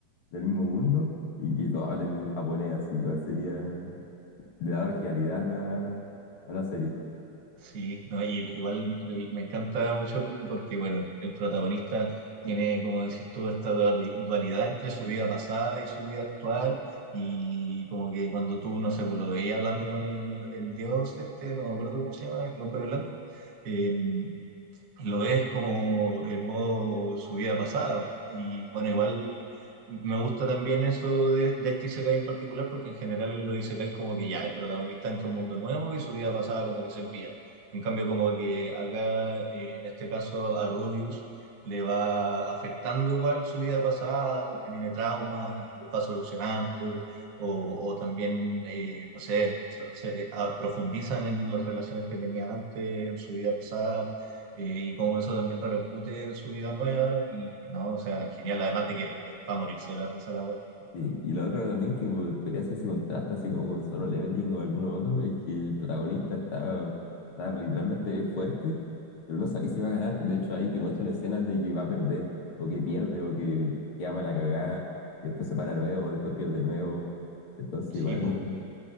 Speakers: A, on the left (about 50°); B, on the right (about 80°).
A: del mismo mundo y que todos hablen en japonés, así igual sería, le da originalidad a la, a la serie.
B: Sí, no, y igual le- me encanta mucho Q porque, bueno, el protagonista tiene, como decís tú, esta duali- dualidad entre su vida pasada y su vida actual. Y como que cuando tú, no sé, pues lo veías hablando con el, el dios este, no me acuerdo cómo se llama, el hombre blanco. em, lo ves como en modo su vida pasada. Y bueno, igual me gusta también eso de, de este Isekai en particular, porque en general en los Isekai como que ya el protagonista entra a un mundo nuevo y su vida pasada como que se olvida. En cambio, como que acá, eh, en este caso, a Rudius le va afectando igual su vida pasada porque tiene traumas y los va solucionando, o, o también, eh, no sé, se- se- ah, profundizan en las relaciones que tenía antes, en su vida pasada eh, y cómo eso también repercute en su vida nueva. Y no, o sea, genial. Además de que es para morirse de la risa la web.
A: Sí, Y, la otra también que po- podría hacerse contraste así como con Solo Leveling o alguno otro es que el protagonista está, está literalmente fuerte, pero no sabéis si va a ganar. De hecho, ahí te muestran escenas de que va a perder, o que pierde, o que queda para la cagada, después se para nuevo, después pierde nuevo. Entonces,
B: Sí,
A: igual,
B: pues.